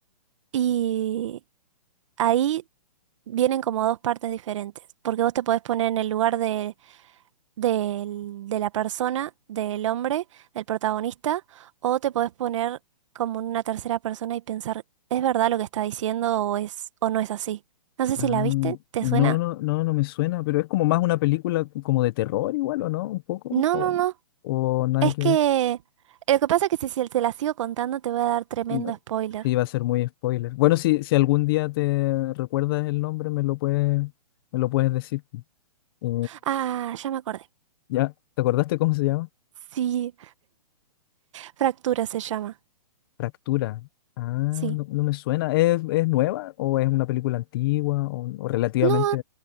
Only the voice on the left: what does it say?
ah,
no,
no, no, no me suena, pero es como más una película como de terror igual, ¿o no? Un poco,
o,
o nada
que
ver.
No.
Sí, va a ser muy spoiler. Bueno, si, si algún día te recuerdas el nombre, me lo puedes, me lo puedes decir. Eh,
ya, ¿te acordaste cómo se llama?
Fractura. Ah,
no, no me suena. ¿Es, es nueva o es una película antigua o, o relativamente